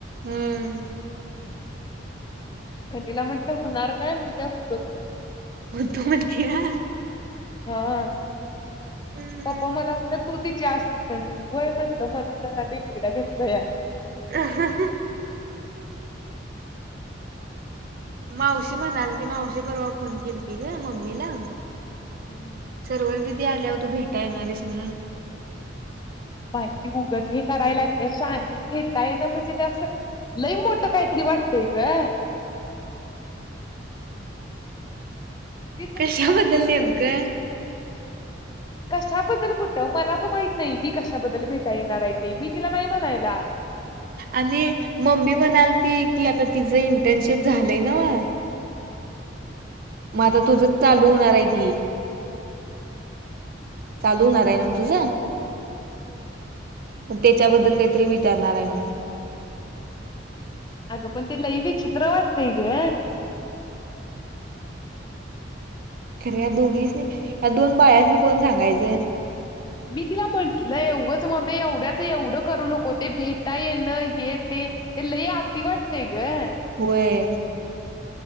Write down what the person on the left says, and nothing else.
खनीला म्हटलं होणारं कायं म्हणटंल मुद्दाम म्हटलं.
हां
पप्पां मलां म्हणत्यांत. तो तिचे असिस्टंट हो व्हयं म्हटलं म्हणूंन डिग्रीला घेतलं यां.
हम्म
हम्मं
माहिती उगचं हे करांयला लागली शाने भेतांय नां म्हणजे ते असं. लई मोट कायं तरी वाटतेय गं. तिचं तीच
काहीतरी
<inaudible> <unintelligible> कशाबद्दल कुठं मलाच माहित नाही, मी कशाबद्दल भेटाया येणार आहे ते मी तिला नाही म्हणायला.
<inaudible>
<inaudible>
हो.
अग पण ते लई विचित्र वाटतय ग.
मी तिला म्हटलंय उगाच मम्मी एवढ्याच एवढं करू नको ते भेटाय येणं हे ते ते लय अती वाटतेय ग.